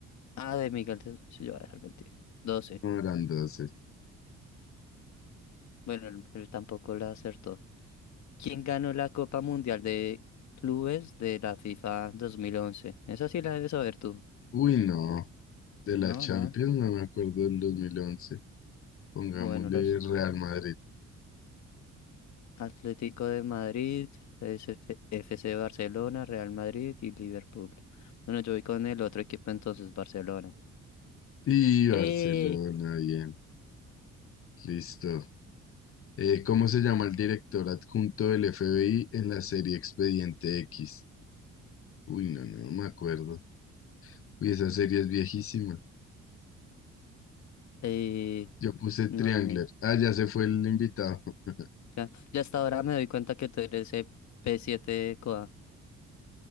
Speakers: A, on the left; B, on the left.
A: Ah, de Miguel, de- sí, yo voy a dejar mentir. doce.
B: no eran 12.
A: Bueno, él él tampoco la acertó. ¿Quién ganó la Copa Mundial de Clubes de la FIFA 2011? Esa sí la debes saber tú.
B: Uy, no. De
A: No,
B: la Champions
A: nada.
B: no me acuerdo del 2011, Pongámosle
A: Bueno, los
B: Real Madrid
A: Atlético de Madrid, SF F C. Barcelona, Real Madrid y Liverpool. Bueno, yo voy con el otro equipo entonces, Barcelona.
B: y Barcelona,
A: Eh,
B: bien. Listo. Eh, ¿cómo se llama el director adjunto del FBI en la serie Expediente X? Uy, no, no, no me acuerdo. Uy, esa serie es viejísima.
A: eh,
B: Yo puse Triangler.
A: no, ni-
B: Ah, ya se fue el invitado. <laughs>
A: Ya, ya hasta ahora me doy cuenta que tú eres el P7 COA.